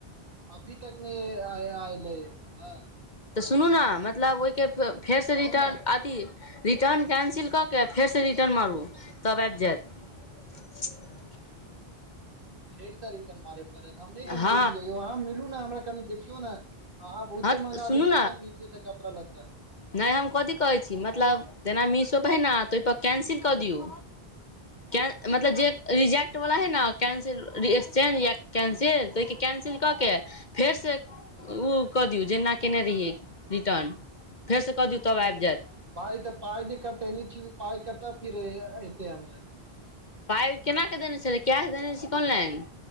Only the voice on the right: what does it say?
अभी तक नहि आय आयलै हंँ
कहू
ने
फेरसँ रिटर्न मारै पड़त। हम नहि तऽ समझलियै
यौ अहाँ मिलू नऽ हमरा कनि देखियौ नऽ अहाँ बहुते
मँगाबै
छी ने मिषोसँ कपड़ा लत्ता
हँ
ह
पाइ तऽ पाइ जे कटैने छी पाइ कतऽ फिर एतै हमर